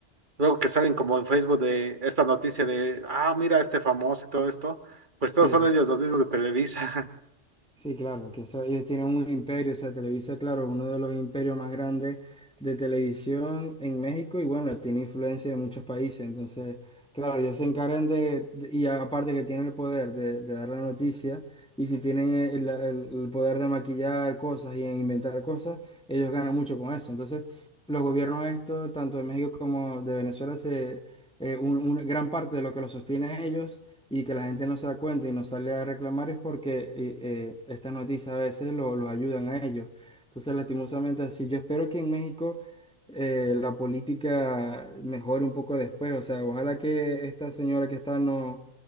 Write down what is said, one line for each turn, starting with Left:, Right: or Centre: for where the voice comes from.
Right: luego que salen como en Facebook de esta noticia de, ah, mira este famoso y todo esto. Pues todos
Centre: Sí,
Right: son
Centre: sí.
Right: ellos los mismos de Televisa. <laughs>
Centre: Sí, claro, que eso- ellos tienen un imperio, o sea, Televisa, claro, uno de los imperios más grandes de televisión en México y bueno, tiene influencia en muchos países, entonces, claro, ellos se encargan de, de- y aparte que tienen el poder de, de dar la noticia y si tienen el, el- el poder de maquillar cosas y inventar cosas, ellos ganan mucho con eso. Entonces, los gobiernos estos, tanto de México como de Venezuela, se, eh, un- una gran parte de lo que los sostiene a ellos y que la gente no se da cuenta y no sale a reclamar es porque eh, eh, estas noticias a veces lo- los ayudan a ellos. Entonces, lastimosamente así, yo espero que en México eh, la política mejore un poco después, o sea, ojalá que esta señora que está no,